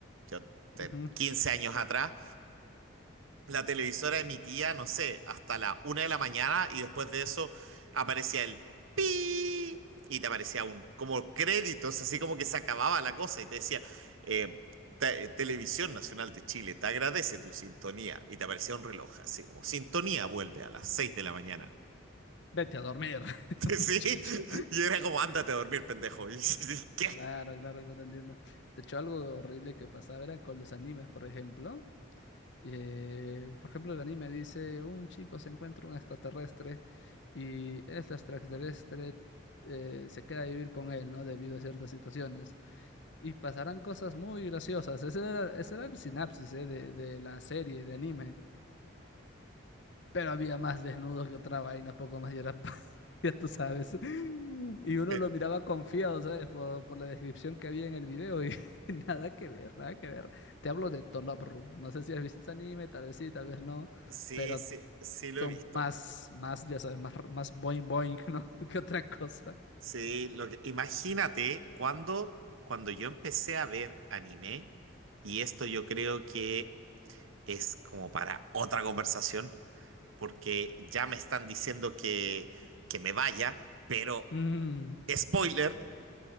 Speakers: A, on the right (about 80°); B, on the left (about 60°).
A: yo, te-
B: Ujú.
A: 15 años atrás, la televisora emitía, no sé, hasta la una de la mañana y después de eso aparecía el pi y te aparecía un como créditos, así como que se acababa la cosa y te decía eh, te- Televisión Nacional de Chile te agradece tu sintonía y te aparecía un reloj así como sintonía vuelve a las seis de la mañana.
B: Vete a dormir, <laughs>
A: <laughs> Sí,
B: muchacho.
A: y era como ándate a dormir, pendejo. <laughs> Y, ¿qué?
B: Claro, claro, claro, te entiendo. De hecho, algo horrible que pasaba era con los animes, por ejemplo. Eh, por ejemplo, el anime dice, un chico se encuentra un extraterrestre y este extraterrestre eh, se queda a vivir con él, ¿no? Debido a ciertas situaciones. Y pasarán cosas muy graciosas. Ese era, ese era el sinapsis, eh, de, de la serie, de anime pero había más desnudos que otra vaina, poco más y era, pa- <laughs> ya tú sabes. Y uno
A: Eh,
B: lo miraba confiado, ¿sabes? Por, por la descripción que había en el video y <laughs> nada que ver, nada que ver. Te hablo de Tolop Room. No sé si has visto ese anime, tal vez sí, tal vez no,
A: Sí,
B: pero
A: sí, sí lo
B: son
A: he visto.
B: más, más, ya sabes, más, más boing boing, ¿no? <laughs> Que otra cosa.
A: Sí, lo que, imagínate cuando, cuando yo empecé a ver anime, y esto yo creo que es como para otra conversación, porque ya me están diciendo que, que me vaya, pero
B: Mm,
A: spoiler,